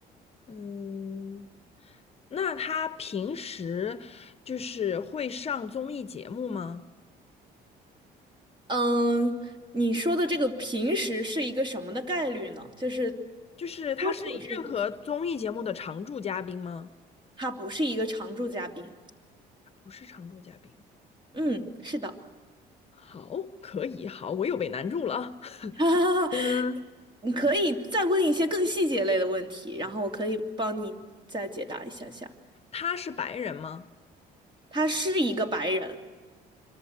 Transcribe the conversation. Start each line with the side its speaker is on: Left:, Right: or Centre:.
Left: 嗯，那他平时就是会上综艺节目吗？
Right: 嗯，你说的这个平时是一个什么的概率呢？就是
Left: 就是他是任何综艺节目的常驻嘉宾吗？
Right: 多久是一个平？他不是一个常驻嘉宾。
Left: 不是常驻嘉宾。
Right: 嗯，是的。
Left: 好，可以，好，我又被难住了啊
Right: <laughs> 啊，
Left: <laughs> 嗯，
Right: 你可以再问一些更细节类的问题，然后我可以帮你再解答一下下。
Left: 他是白人吗？
Right: 他是一个白人，